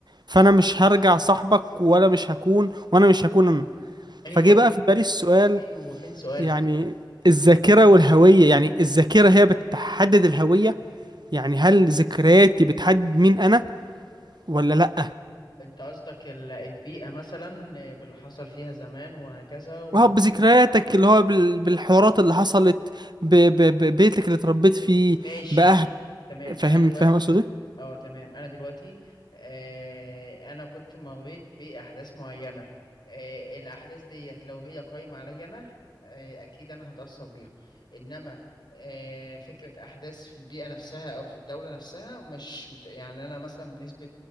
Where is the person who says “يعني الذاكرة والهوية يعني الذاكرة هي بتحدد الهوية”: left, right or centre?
Right